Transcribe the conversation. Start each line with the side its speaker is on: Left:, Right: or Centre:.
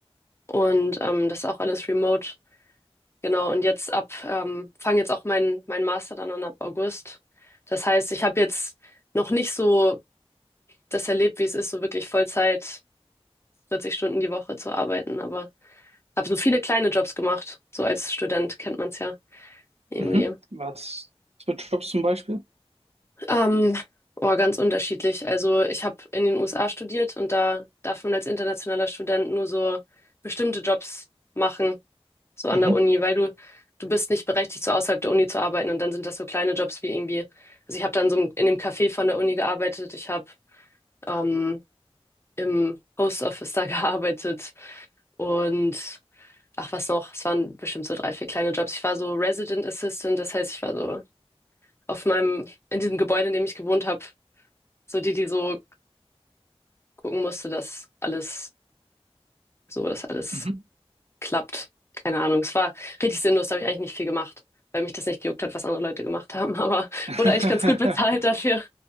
Left: und ähm, das ist auch alles remote. Genau, und jetzt ab, ähm, fange jetzt auch mein, mein Master dann an ab August. Das heißt, ich habe jetzt noch nicht so das erlebt, wie es ist, so wirklich Vollzeit 40 Stunden die Woche zu arbeiten, aber habe so viele kleine Jobs gemacht. So als Student kennt man es ja irgendwie.
Right: Mhm. Was für Jobs zum Beispiel?
Left: Ähm, oh, ganz unterschiedlich. Also ich habe in den USA studiert und da darf man als internationaler Student nur so bestimmte Jobs machen. so an
Right: Mhm.
Left: der Uni, weil du, du bist nicht berechtigt, so außerhalb der Uni zu arbeiten. Und dann sind das so kleine Jobs wie irgendwie, also ich habe dann so einem- in dem Café von der Uni gearbeitet, ich habe ähm, im Post Office da <laughs> gearbeitet und ach was noch, es waren bestimmt so drei, vier kleine Jobs. Ich war so Resident Assistant, das heißt, ich war so auf meinem, in diesem Gebäude, in dem ich gewohnt habe, so die, die so gucken musste, dass alles, so, dass alles
Right: Mhm.
Left: klappt. Keine Ahnung. Es war richtig sinnlos, da habe ich eigentlich nicht viel gemacht, weil mich das nicht gejuckt hat, was andere Leute gemacht haben. <laughs> Aber
Right: <laughs>
Left: wurde eigentlich ganz gut bezahlt dafür.